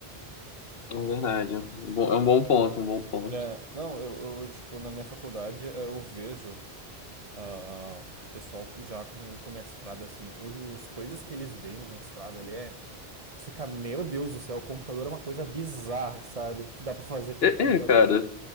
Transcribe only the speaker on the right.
É, não, eu, eu, tipo, na minha faculdade é, eu vejo ah, ah, pessoal já com, com mestrado, assim, o- os coisas que eles veem no mestrado ali é Tu fica, meu Deus do céu, o computador é uma coisa bizarra, sabe? O que dá pra fazer com
o computador.